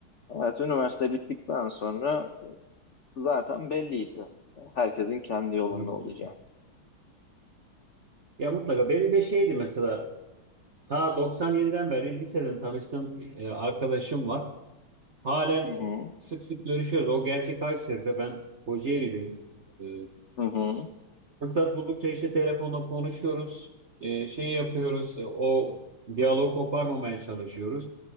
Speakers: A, on the left; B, on the right.
A: evet, üniversite bittikten sonra zaten belliydi. Herkesin kendi yolunda
B: Anladım.
A: olacağı.
B: Ya mutlaka benim de şeydi mesela ta 97'den beri liseden tanıştığım e, arkadaşım var. Halen
A: Hı hı,
B: sık sık görüşüyoruz. O gerçek Kayseri'de ben Kocaeli'deyim. E,
A: hı hı,
B: fırsat buldukça işte telefonla konuşuyoruz. E, şey yapıyoruz. e, O diyaloğu koparmamaya çalışıyoruz.